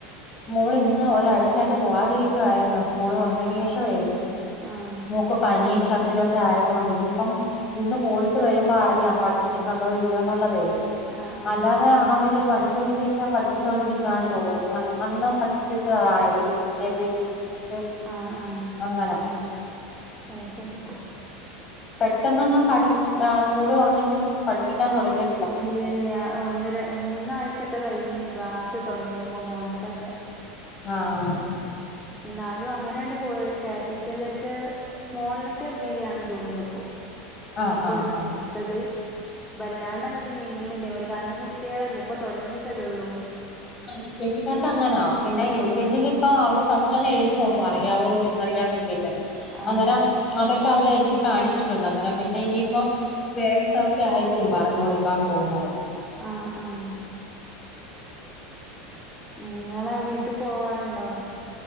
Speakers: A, on the left; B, in the centre.
A: മോൾ ഇന്ന് ഒരാഴ്ചയായിട്ട് പോവാതിരിക്കുവായിരുന്നു സ്കൂൾ തുറന്നതിന് ശേഷം വെ
B: ആഹ്
A: മോക്ക് പനിയും ഛർദിലും ഒക്കെ ആയതുകൊണ്ട് ഇനിയിപ്പം. ഇന്ന് പോയിട്ട് വരുമ്പോ അറിയാം പഠിപ്പിച്ചിട്ടുണ്ടോ ഇല്ലയോന്നുള്ളതെ.
B: ആഹ് ആഹ്
A: അല്ലാതെ അവര് വൺ ടു ത്രീ ഓക്കേ പഠിപ്പിച്ചൊണ്ടിരിക്കുകയാണ് തോ അന്ന് പഠിപ്പിച്ചതാണ് എ ബി സി ഒക്കെ എഴ
B: ആഹ് ആഹ്
A: അങ്ങനെ
B: ആഹ് ശരി
A: പെട്ടെന്നൊന്നും പഠി സ്കൂള് തുറന്നെങ്കിലും പഠിപ്പിക്കാൻ തുടങ്ങി
B: ഇല്ല ഇല്ല ഒന്നര മൂന്നാഴ്ചൊക്കെ കഴിഞ്ഞീന് ക്ലാസ്സ് തുടങ്ങുമ്പോ മോൻക്കൊക്കെ
A: ആഹ്
B: എന്നാലും അങ്ങനെയണ്ട് പോയി capital letter small letter B ആണ് തോന്നുന്നുണ്ടിപ്പോ ഇന്നിപ്പോ
A: ആ ആ ആ
B: എ ടുത്തത് വല്ലാണ്ട് അങ്ങട്ട് നീങ്ങണില്ല പോലെ കാരണം കുട്ടികളല്ലേ ഇപ്പൊ തുടങ്ങിയിട്ടല്ലേള്ളൂ
A: ആഹ് എൽ കെ ജിക്കാർക്ക് അങ്ങനാ പിന്നെ യൂ
B: ആഹ്
A: കെ ജിൽ ഇപ്പൊ അവര് ഫസ്റ്റ് ഒന്ന് എഴുതി നോക്കും അറിയാവോ ഇല്ലന്ന് അറിയാൻ വേണ്ടിയിട്ട്
B: ആഹ്
A: അന്നേരം അതൊക്കെ അവള് എഴുതി കാണിച്ചിട്ടുണ്ട് അന്നേരം പിന്നെ ഇനിയിപ്പ വേഡ് ഒക്കെ ആയിരിക്കും പറഞ്ഞ് കൊടുക്കാൻ പോകുന്നത്
B: ആഹ് ആഹ് നിങ്ങളെ വീട്ടിൽ പോവാറുണ്ടോ